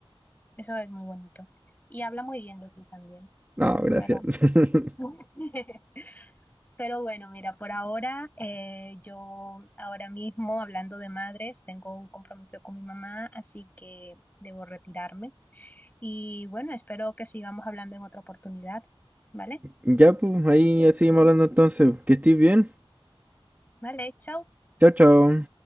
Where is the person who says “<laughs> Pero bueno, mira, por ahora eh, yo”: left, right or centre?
Left